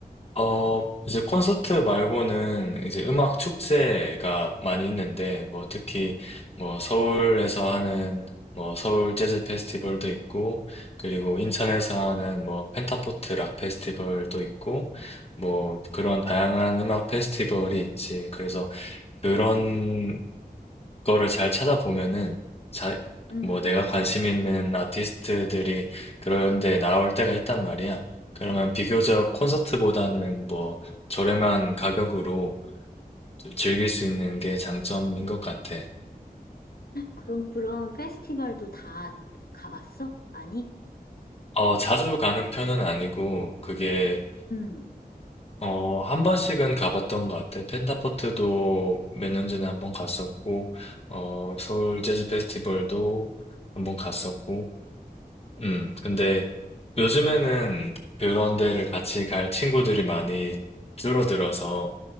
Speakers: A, on the left (about 40°); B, on the left (about 70°).
A: 어, 이제 콘서트 말고는 이제 음악 축제가 많이 있는데 뭐 특히 뭐 서울에서 하는 뭐 서울 재즈 페스티벌도 있고 그리고 인천에서 하는 뭐 펜타포트 락 페스티벌도 있고 뭐 그런 다양한 음악 페스티벌이 있지. 그래서 그런 거를 잘 찾아보면은 자,
B: 음.
A: 뭐 내가 관심 있는 아티스트들이 그런 데 나올 때가 있단 말이야. 그러면 비교적
B: 음.
A: 콘서트보다는 뭐 저렴한 가격으로 즐길 수 있는 게 장점인 것 같아.
B: 그럼 그런 페스티벌도 다 가봤어? 많이?
A: 어, 자주 가는 편은 아니고 그게
B: 음.
A: 어, 한 번씩은 가봤던 것 같아. 펜타포트도 몇 년 전에 한번 갔었고, 어, 서울 재즈 페스티벌도 한번 갔었고, 음, 근데 요즘에는 그런 데를 같이 갈 친구들이 많이 줄어들어서